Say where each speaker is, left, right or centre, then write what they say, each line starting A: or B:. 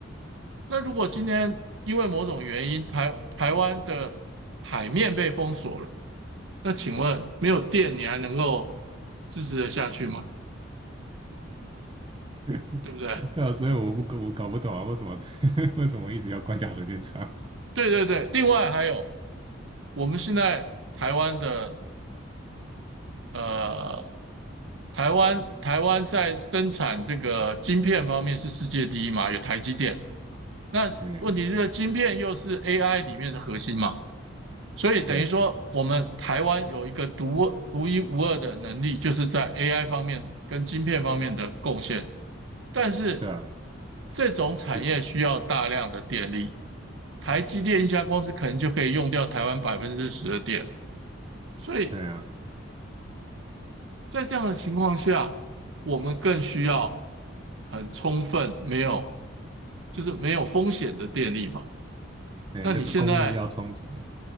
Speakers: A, on the right; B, on the right.
A: 那如果今天因为某种原因，台台湾的海面被封锁了，那请问没有电你还能够支持得下去吗？
B: <laughs>
A: 对不对？
B: 对啊，所以我不我搞不懂啊，为什么 <laughs> 为什么一直要关掉核电厂？
A: 对对对。另外还有，我们现在台湾的呃，台湾台湾在生产这个晶片方面是世界第一嘛，有台积电。那问题是晶片又是
B: <laughs> 对对
A: AI 里面的核心嘛，所以等于说我们台湾有一个独独一无二的能力，
B: 对啊，
A: 就是在 AI 方面跟晶片方面的贡献。但是
B: 对啊，
A: 这种产业需要大量的电力，
B: 就是
A: 台积电一家公司可能就可以用掉台湾百分之十的电，所以
B: 哎呀，
A: 在这样的情况下，我们更需要很充分、没有就是没有风险的电力嘛。
B: 哎，
A: 那你现在
B: 那个供应要充足啊，